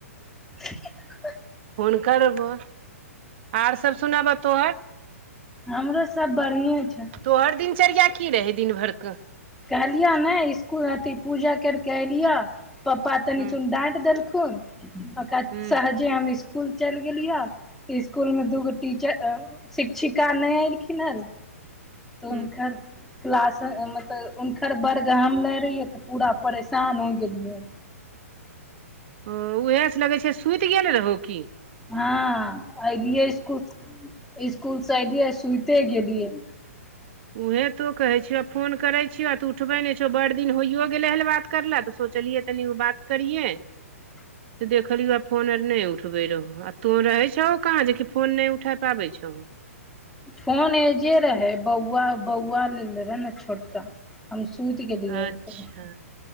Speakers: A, in the centre; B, on the right.
A: <inaudible>
B: फोन करबो आर सब सुनबऽ तो
A: हमरो सब बढ़िए छै
B: तोहर दिनचर्या की रहै दिन भर क
A: कहलियो ने इसकुल अथी पूजा करिके अलियअ पप्पा तनिसन
B: हूँ
A: ांट देलखुन ओक
B: हूँ
A: सहजे हम स्सकुल चलि गेलियय <unintelligible> स्कुल मे दूगो टीचर शिक्षिका नहि एलखिन यो तऽ हुनकर
B: हूँ
A: क्लास मतलब हुनकर वर्ग हम लै रहियै तऽ पूरा परेशान हो गेलियै।
B: ओ उएहा सँ लगै छै सुत गेल रहौ की
A: हँ ऐलियै इसकुल इसकुल से ऐलियऐ सुते गेलियै
B: उएहे तो कहै छियह फोन करै छियह तू उठबै नहि छै बड़ दिन होइयो गेलै हल बात कर ले तऽ सोचलियै तनीगो बात करिये
A: ज
B: त देखलिय आ फोन आर नहि उठबे उठबे रहौ आ तों रहे छौ कहाँ जेकी फोन नहि उठा पाबै छै
A: फोन एजे रहै बौआ बौआ लेल रहै छोटका हम सुति गेलियै
B: अच्छा
A: तऽ